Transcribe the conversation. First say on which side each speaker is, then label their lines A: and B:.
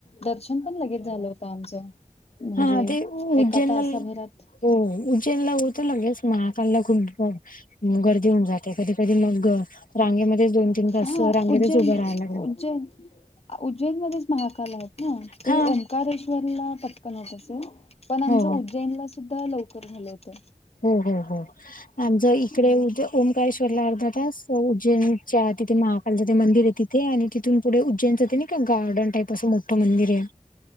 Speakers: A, on the left; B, on the left.
A: दर्शन पण लगेच झालं होत आमचं. म्हणजे
B: हा ते उज्जैनला
A: एका तासा भरात
B: हो उज्जेनला होतो लगेच महाकालला खूप म गर्दी होऊन जाते कधी कधी मग रांगेमध्ये दोन तीन तास
A: हा
B: रांगेतच
A: उज्जैन
B: उभं राहायला लागलं
A: उज्जैन उज्जैन मध्येच महाकाल आहेत ना ते
B: हा
A: ओंकारेश्वरला पट कन होत असेल पण आमचं
B: हो
A: उज्जैनला सुद्धा लवकर झालं होतं.
B: हो हो हो आमच इकडे
A: हम्म
B: उद्य ओम काळेश्वरला अर्धा तास उज्जैनच्या तिथे महाकालच ते मंदिर ये तिथे आणि तिथ तिथून पुढे उज्जैनच ते नायका गार्डन टाईप असं मोठं मंदिर ये